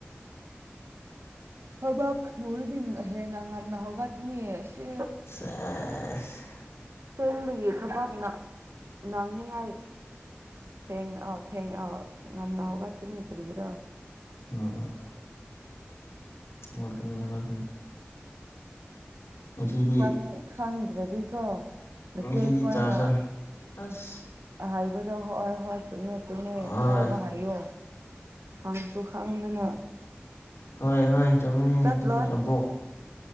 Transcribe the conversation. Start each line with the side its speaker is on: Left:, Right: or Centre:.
Right: ꯊꯕꯛ ꯁꯨꯔꯗꯤ ꯍꯦꯟꯅ ꯉꯟꯅ ꯍꯧꯒꯠꯀꯅꯤ ꯑꯁꯤ
Left: ꯁꯦꯁ
Right: ꯊꯦꯡꯕꯒꯤ ꯊꯥꯕꯛꯅ ꯅꯪꯅꯤꯡꯉꯥꯏ ꯊꯦꯡ ꯑ ꯊꯦꯡ ꯑ ꯉꯟꯅ ꯍꯧꯒꯄꯅꯤ ꯀꯔꯤꯔꯣ
Left: ꯎꯝ ꯎꯝ ꯍꯧꯒꯠꯀꯅꯤ ꯍꯧꯒꯠꯀꯅꯤ ꯉꯁꯤꯗꯤ
Right: ꯈꯪ ꯈꯪꯗ꯭ꯔꯗꯤꯀꯣ ꯅꯆꯦ
Left: ꯉꯁꯤꯗꯤ
Right: ꯈꯣꯏꯅ
Left: ꯆꯥꯖꯔ ꯑꯁ
Right: ꯍꯥꯏꯕꯗꯣ ꯍꯣꯏ ꯍꯣꯏ ꯆꯨꯝꯃꯦ ꯆꯨꯝꯃꯦ
Left: ꯍꯣꯏ
Right: ꯂꯥꯎꯕ ꯍꯥꯏꯌꯣ ꯈꯪꯁꯨ ꯈꯥꯡꯗꯅ
Left: ꯍꯣꯏ ꯍꯣꯏ ꯆꯨꯝꯃꯦ
Right: ꯆꯠꯂꯣꯏ
Left: ꯆꯨꯝꯃꯦ ꯑꯕꯣꯛ